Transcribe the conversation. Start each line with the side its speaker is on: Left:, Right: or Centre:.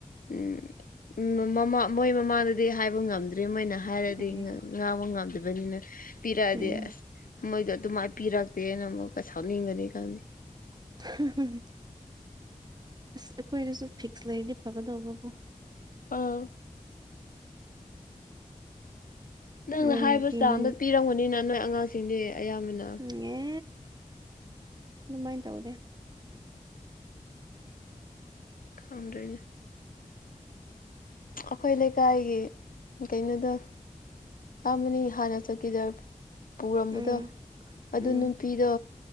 Left: ꯎꯝ ꯎꯝ ꯃꯃꯥ ꯃꯣꯏ ꯃꯃꯥꯡꯗꯗꯤ ꯍꯥꯏꯕ ꯉꯝꯗ꯭ꯔꯤ ꯃꯣꯏꯅ ꯍꯥꯏꯔꯗꯤ
Right: ꯎꯝ
Left: ꯉꯥ ꯉꯥ ꯉꯥꯡꯕ ꯉꯝꯗꯕꯅꯤꯅ ꯄꯤꯔꯛꯑꯗꯤ
Right: ꯎꯝ
Left: ꯑꯁ ꯃꯣꯏꯗꯣ ꯑꯗꯨꯃꯥꯏ ꯄꯤꯔꯛꯇꯦꯅ ꯑꯃꯨꯛꯀꯥ ꯁꯥꯎꯅꯤꯡꯒꯅꯤ ꯈꯪꯉꯦ
Right: <unintelligible> ꯑꯁ ꯑꯩꯈꯣꯏꯗꯁꯨ ꯐꯤꯛꯁ ꯂꯩꯔꯗꯤ ꯐꯒꯥꯗꯧꯕꯀꯣ
Left: ꯑꯥ ꯅꯪꯅ
Right: ꯃꯣꯏꯅ
Left: ꯍꯥꯏꯕ
Right: ꯄꯤꯅꯤꯡ
Left: ꯆꯥꯡꯗ ꯄꯤꯔꯝꯒꯅꯤꯅ ꯅꯣꯏ ꯑꯉꯥꯡꯁꯤꯡꯗꯤ ꯑꯌꯥꯝꯕꯅ
Right: ꯉꯦ ꯗꯨꯃꯥꯏꯟ ꯇꯧꯗꯦ
Left: ꯈꯪꯗ꯭ꯔꯦꯅꯦ ꯑꯈꯣꯏ ꯂꯩꯀꯥꯏꯒꯤ ꯀꯩꯅꯣꯗꯣ ꯑꯥ ꯃꯅꯤ ꯍꯥꯟꯅ ꯆꯧꯀꯤꯗꯞ ꯄꯨꯔꯝꯕꯗꯣ
Right: ꯎꯝ
Left: ꯑꯗꯨ
Right: ꯎꯝ
Left: ꯅꯨꯄꯤꯗꯣ